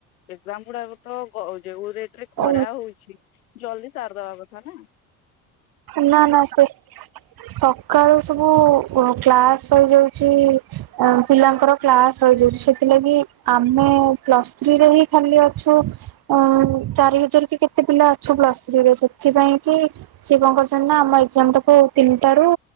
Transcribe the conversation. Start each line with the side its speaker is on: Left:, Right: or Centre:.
Left: ଏକ୍ସାମ ଗୁଡାକ ତ ଯଉରେ ଖରା
Right: ଓ
Left: ହଉଛି ଜଲଦି ସାରିଦବା କଥା ନା।
Right: ନା ନା ସେ ସକାଳୁ ସବୁ କ୍ଳାସ୍ ହୋଇଯାଉଛି ପିଲାଙ୍କର କ୍ଲାସ୍ ରହିଯାଉଛି, ସେଥିଲାଗି ଆମେ ପ୍ଲସ୍ ଥ୍ରୀରେ ହିଁ ଖାଲି ଅଛୁ ଅ ଚାରି ହଜାର କି କେତେ ପିଲା ଅଛୁ ପ୍ଲସ୍ ଥ୍ରୀରେ, ସେଥିପାଇଁ କି ସେ କଣ କରୁଛନ୍ତି ନା, ଆମ ଏକ୍ସାମ୍ ଟାକୁ ତିନିଟା ରୁ